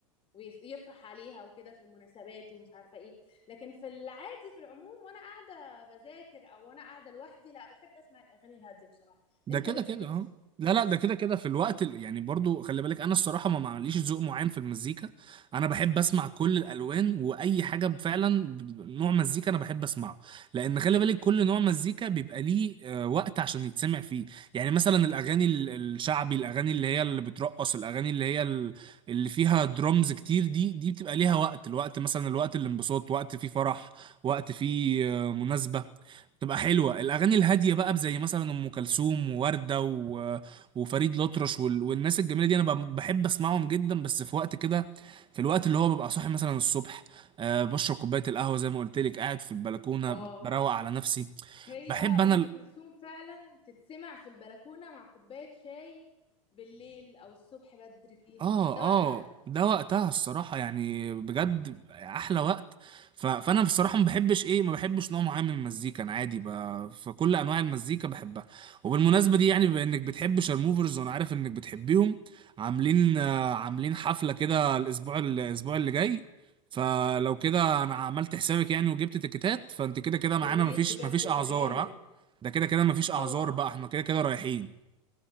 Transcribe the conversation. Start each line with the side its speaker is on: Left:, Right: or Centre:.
Left: ويفرح عليها وكده في المناسبات ومش عارفه ايه لكن في العادي في العموم وانا قاعده بذاكر او وانا قاعده لوحدي لا بحب اسمع الاغاني الهاديه بصراحه
Right: ده
Left: انت
Right: كده
Left: بتحب
Right: كده
Left: تسمع
Right: اه لا لا ده كده كده في الوقت ال- يعني برضو خلي بالك انا الصراحه ما معليش ذوق معين في المزيكا انا بحب اسمع كل الالوان واي حاجه فعلا ب- نوع مزيكا انا بحب اسمعه لان خلي بالك كل نوع مزيكا بيبقى ليه آه، وقت عشان يتسمع فيه يعني مثلا الاغاني ال- الشعبي الاغاني اللي هي اللي بترقص الاغاني اللي هي ال- اللي فيها درمز كتير دي دي بتبقى ليها وقت الوقت مثلا الوقت الانبساط وقت فيه فرح وقت فيه آه، مناسبه تبقى حلوة الأغاني الهادية بقى زي مثلا أم كلثوم ووردة و... وفريد الأطرش وال... والناس الجميلة دي أنا ب- بحب أسمعهم جدا بس في وقت كده في الوقت اللي هو ببقى صاحي مثلا الصبح أه بشرب كوباية القهوة زي ما قلت لك قاعد في البلكونة
Left: اه
Right: بروق على نفسي
Left: هي
Right: بحب
Left: ام
Right: أنا
Left: كلثوم فعلا تتسمع في البلكونه مع كوبايه شاي بالليل او الصبح بدري
Right: اه
Left: ده
Right: اه
Left: وقتها
Right: ده وقتها الصراحة يعني بجد أحلى وقت ف... فأنا بصراحة ما بحبش إيه ما بحبش نوع معين من المزيكا أنا عادي ب... فكل أنواع المزيكا بحبها وبالمناسبة دي يعني بما إنك بتحب شارموفرز وأنا عارف إنك بتحبيهم عاملين آه، عاملين حفلة كده الأسبوع الأسبوع اللي جاي فلو كده أنا عملت حسابك يعني وجبت تيكتات فأنت كده كده معانا
Left: يا ريت
Right: مفيش
Left: بجد
Right: مفيش أعذار
Left: ده جامد
Right: ها ده كده كده مفيش أعذار
Left: طبعا
Right: بقى إحنا كده كده رايحين